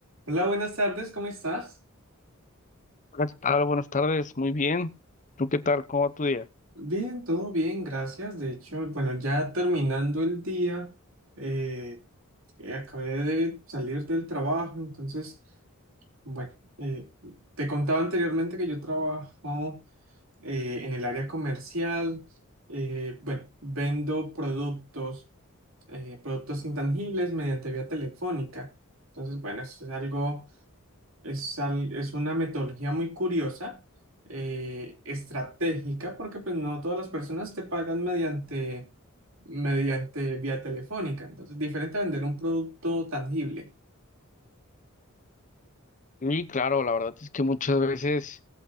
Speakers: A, on the right; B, on the left.
A: Hola, buenas tardes, ¿cómo estás?
B: Hola, ¿qué tal? Buenas tardes, muy bien. ¿Tú qué tal? ¿Cómo va tu día?
A: Bien, todo bien, gracias. De hecho, bueno, ya terminando el día, eh, eh, acabé de salir del trabajo, entonces, bueno, eh, te contaba anteriormente que yo trabajo eh, en el área comercial, eh, bueno, vendo productos, eh, productos intangibles mediante vía telefónica. Entonces, bueno, eso es algo Es, al- es una metodología muy curiosa, eh, estratégica, porque pues no todas las personas te pagan mediante, mediante vía telefónica. Entonces, diferente a vender un producto tangible.
B: Sí, claro, la verdad es que muchas veces